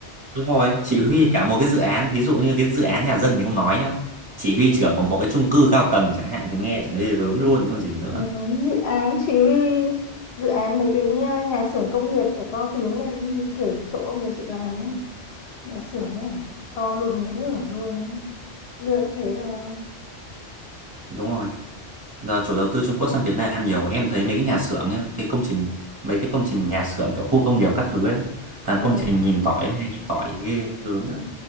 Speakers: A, on the right; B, on the left.
A: Đúng rồi, chỉ huy cả một cái dự án, thí dụ như cái dự án nhà dân thì không nói nhá. Chỉ huy trưởng của một cái chung cư cao tầng chẳng hạn thì nghe chẳng ghê gớm luôn chứ còn gì nữa.
B: ừ, ừ. dự án chỉ huy dự án mấy cái nhà, nhà xưởng công nghiệp trở to tướng lên như kiểu chỗ ông nhà chị làm ấy nhà xưởng ấy to đùng ngửa luôn ấy. lương thế rồi
A: Đúng rồi. Giờ chủ đầu tư Trung Quốc sang Việt Nam nhiều, em thấy mấy cái nhà xưởng nhá, cái công trình mấy cái công trình nhà xưởng kiểu khu công nghiệp các thứ ấy, toàn
B: Ờ,
A: công trình nhìn tỏi hay nhìn tỏi ghê gớm
B: Ừ,
A: thật.